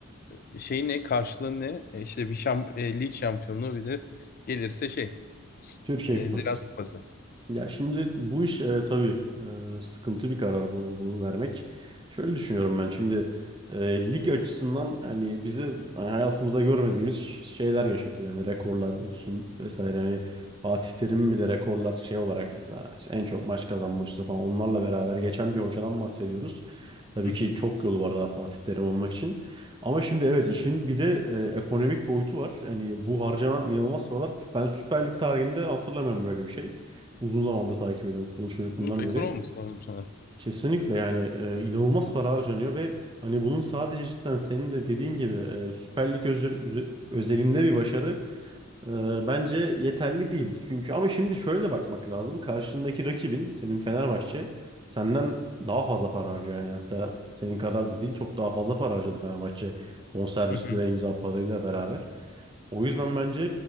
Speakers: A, on the left; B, on the right.
A: e, şey ne, karşılığı ne? E, İşte bir şamp e, lig şampiyonluğu bir de gelirse şey,
B: Türkiye
A: e,
B: Kupası.
A: Ziraat Kupası.
B: Ya şimdi bu iş e, tabii e, sıkıntı bir karar bunu, bunu vermek. Şöyle düşünüyorum ben şimdi e, lig açısından yani bize hani hayatımızda görmediğimiz ş- şeyler yaşatıyor. Yani rekorlar olsun vesaire. Yani Fatih Terim bile rekorlar şey olarak mesela işte en çok maç kazanmıştı falan onlarla beraber geçen bir hocadan bahsediyoruz. Tabii
A: Hı hı.
B: ki çok yolu var daha Fatih Terim olmak için. Ama şimdi evet işin bir de e, ekonomik boyutu var. Hani bu harcanan inanılmaz paralar. Ben Süper Lig tarihinde hatırlamıyorum böyle bir şey uzun zamandır takip ediyorum futbolu çocukluğumdan
A: Bu rekor
B: beri.
A: olması lazım sanırım.
B: Kesinlikle yani e, inanılmaz para harcanıyor ve hani bunun sadece cidden senin de dediğin gibi e, Süper Lig özür- üze- özelinde bir başarı e, bence yeterli değil. Çünkü ama şimdi şöyle de bakmak lazım. Karşındaki rakibin senin Fenerbahçe senden daha fazla para harcıyor yani hatta senin kadar da değil çok daha fazla para harcadı Fenerbahçe bonservisli
A: Hı hı.
B: ve imza parayla beraber. O yüzden bence